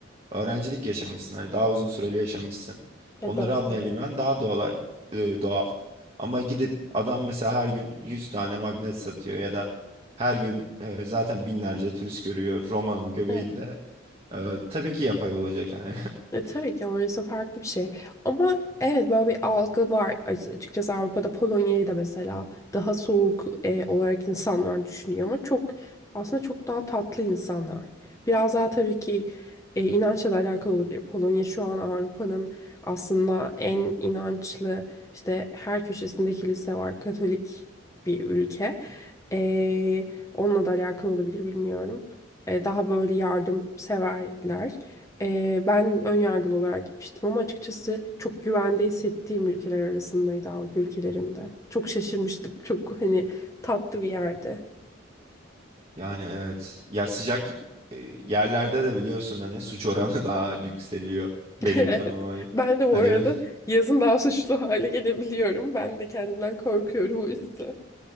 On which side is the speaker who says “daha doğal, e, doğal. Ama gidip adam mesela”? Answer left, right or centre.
Right